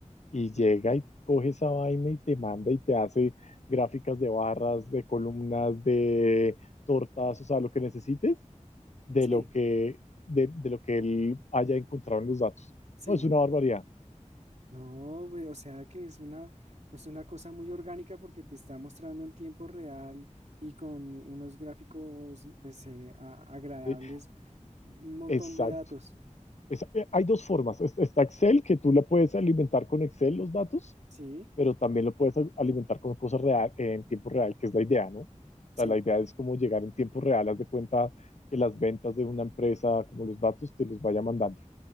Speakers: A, on the left; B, on the right.
A: y llega
B: o-
A: y coge esa vaina y te manda y te hace gráficas de barras, de columnas, de tortas, o sea, lo que necesites de
B: Sí,
A: lo que, de, de lo que él haya encontrado en los datos.
B: sí.
A: No, es una barbaridad.
B: No, ve- o sea que es una, o sea, una cosa muy orgánica porque te está mostrando en tiempo real y con unos gráficos pues, eh, a- agradables,
A: ¿sí?
B: un montón
A: Exacto.
B: de datos.
A: Es- eh, hay dos formas. Es- Está Excel, que tú la puedes alimentar con Excel los datos,
B: Sí,
A: pero también lo puedes al- alimentar con cosas real, en tiempo real, que es la idea, ¿no? O
B: sí.
A: sea, la idea es como llegar en tiempo real, haz de cuenta que las ventas de una empresa, como los datos, te los vaya mandando.